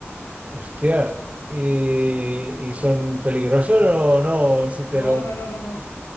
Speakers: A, on the right; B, on the left.
A: hostia, y, y son peligrosos o no, si te
B: No,
A: lo...
B: no, no, no, no.